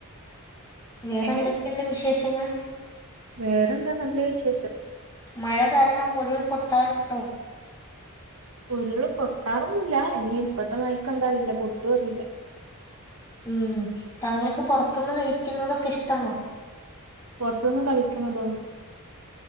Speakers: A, on the left (about 20°); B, on the right (about 70°).
A: വേറെ
B: എങ്ങനെ
A: എന്തൊക്കെയുണ്ട് വിശേഷങ്ങൾ?
B: വേറെന്താ നല്ല വിശേഷം.
A: മഴ കാരണം ഉരുൾ പൊട്ടാറുണ്ടോ?
B: ഉരുള് പൊട്ടാറൊന്നില്ല. ഇനി ഇപത്തെ മയക്കന്താ അറില്ല പെട്ടോ, അറില്ല.
A: ഉം. തങ്കൾക്ക് പെറത്തുന്ന് കഴിക്കുന്നതൊക്കെ, ഇഷ്ടാണോ?
B: പുറത്തുന്ന് കളിക്കണതോ.